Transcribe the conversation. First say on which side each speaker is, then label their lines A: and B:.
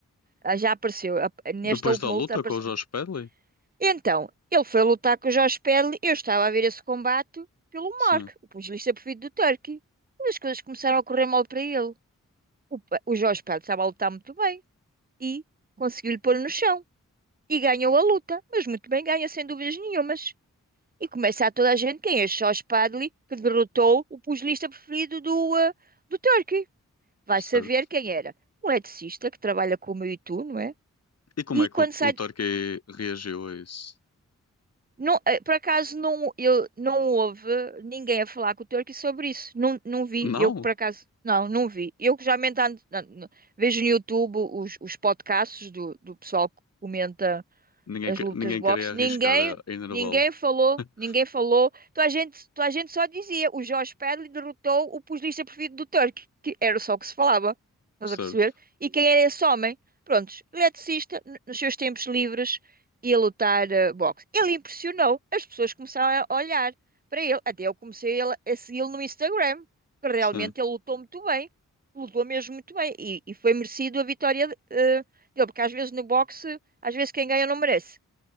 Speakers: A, on the right (about 30°); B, on the left (about 50°).
A: a- já apareceu, a- a- nesta
B: Depois
A: última
B: da luta
A: luta apareceu.
B: com o Josh Pedley?
A: Então, ele foi lutar com o Josh Pedley, eu estava a ver esse combate pelo
B: Sim,
A: Mark, o pugilista preferido do Turco, mas as coisas começaram a correr mal para ele. O, pa- o Jorge Pedro estava a lutar muito bem. e conseguiu-lhe pôr no chão. E ganhou a luta, mas muito bem ganha, sem dúvidas nenhumas. E começa a toda a gente quem é Charles Padley, que derrotou o pugilista preferido do, ah, do Turkey. Vai
B: certo.
A: saber quem era. Um eletricista que trabalha como eu e tu, não é?
B: E como
A: E
B: é que
A: quando
B: o,
A: sai.
B: o Torquay reagiu a isso?
A: Não, ah, por acaso não, eu, não houve ninguém a falar com o Turkey sobre isso. Não, não vi.
B: Não,
A: Eu por acaso. Não, não vi. Eu que já ando, não, não- vejo no YouTube os, os podcasts do, do pessoal que comenta
B: ninguém,
A: as
B: que-
A: lutas
B: ninguém
A: de boxe,
B: queria arriscar
A: ninguém,
B: a, a enervá-lo.
A: ninguém falou,
B: <laughs>
A: ninguém falou. Então a gente, então a gente só dizia, o Jorge Padley derrotou o pugilista preferido do Turk, que era só o que se falava, estás
B: Certo,
A: a perceber? E quem era esse homem? Prontos, eletricista, n- nos seus tempos livres, ia lutar eh, boxe. Ele impressionou, as pessoas começaram a olhar para ele, até eu comecei a, a segui-lo no Instagram, que realmente
B: sim.
A: ele lutou muito bem, lutou mesmo muito bem, e, e foi merecido a vitória de- eh, dele, porque às vezes no boxe, às vezes quem ganha não merece.